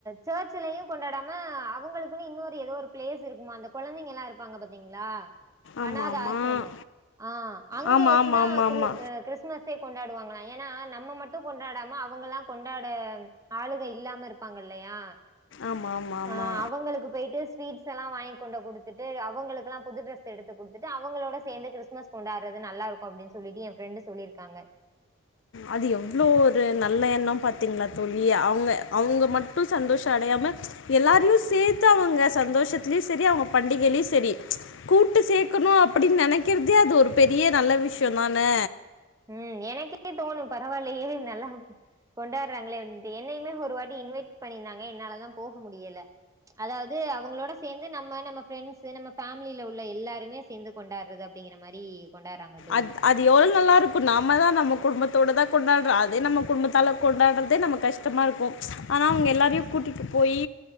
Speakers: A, on the right; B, on the left.
A: சர்ச்சுலயு கொண்டாடாம அவங்களுக்குன்னு இன்னொரு எதோ ஒரு பிளேஸ் இருக்குமா அந்த குழந்தைங்க எல்லா இருப்பாங்க பாத்தீங்களா
B: ஆமாம்
A: அநாத
B: ஆமாம்
A: ஆசிரமோ ஆஹ் அங்க
B: ஆமா
A: வச்சுதா
B: ஆமா ஆமா
A: கிரு
B: ஆமா
A: அ கிறிஸ்மஸே கொண்டாடுவாங்களா ஏனா நம்ம மட்டு கொண்டாடாம அவங்கல்லா கொண்டாட ஆளுக இல்லாம இருப்பாங்க இல்லையா
B: ஆமா ஆமா ஆமா
A: ஆஹ் அவங்களுக்கு போயிட்டு ஸ்வீட்ஸ் சல்லா வாங் கொண்ட குடுத்துட்டு அவங்களுக்கு எல்லா புது ட்ரெஸ் எடுத்து குடுத்துட்டு அவங்களோட சேந்து கிறிஸ்மஸ் கொண்டாடுறது நல்லா இருக்கு அப்படின்னு சொல்லிட்டு என் ஃப்ரெண்டு சொல்லியிருக்காங்க
B: அது எவ்வளவு ஒரு நல்ல எண்ணம் பாத்தீங்களா தோழி அவங்க அவங்க மட்டு சந்தோஷ அடையாம எல்லாரையு சேத்து அவங்க சந்தோஷத்துலயு சரி அவங்க பண்டிகையிலயு சரி கூட்டு சேக்கணு அப்படின்னு நெனைக்கிறதே அது ஒரு பெரிய நல்ல விஷ்யோ தானே
A: உம் எனக்கே தோணு பரவால்லையே நல்லா கொண்டாடுறாங்களேன்ட்டு என்னையுமே ஒரு வாட்டி இன்வைட் பண்ணியிருந்தாங்க என்னாலதா போக முடியல அதாவது அவங்களோட சேந்து நம்ம நம்ம ஃப்ரெண்ட்ஸு நம்ம ஃபேமிலில உள்ள எல்லாருமே சேந்து கொண்டாடுறது அப்படிங்கிற மாரி கொண்டாடுறாங்க தோழி
B: அத் அது எவ்வளோ நல்லா இருக்கு நம்ம தா நம்ம குடும்பத்தோடு தா கொண்டாடுறோ அதே நம்ம குடும்பத்தாள்ல கொண்டாடுறதே நம்ம கஷ்டமா இருக்கு ஆனா அவங்க எல்லாரையு கூட்டிட்டு போய்